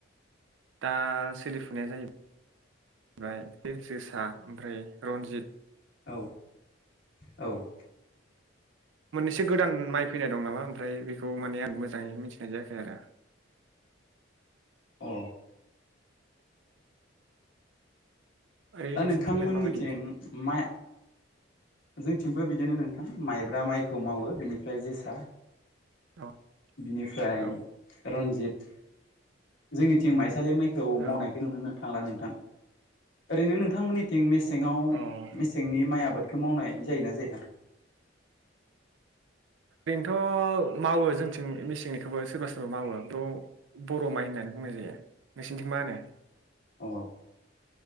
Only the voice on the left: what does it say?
औ औ
अ
दा
नोंथांमोननिथिं
माया जोंथिंबो बिदिनो नोंथां माइब्रा माइखौ मावो। बेनिफ्राइ जोसा
बिनिफ्राय
रन्जित जोंनिथिं माइ सालि मायखौ मावनायखौ
नुनोनो थांला नो ओरैनो नोंथांमोननिथिं मेस सेङाव
मेसेंनि माइ आबाद खौ मावनाय जायोना जाया?
अ